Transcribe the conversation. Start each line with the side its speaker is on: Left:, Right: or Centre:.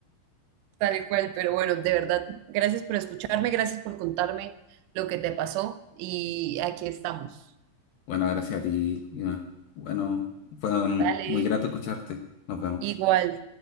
Right: Tal y cual, pero bueno, de verdad, gracias por escucharme, gracias por contarme lo que te pasó y aquí estamos.
Left: Bueno, gracias a ti. Iván. Bueno, fue un-
Right: Dale,
Left: muy grato escucharte. Nos vemos.
Right: igual.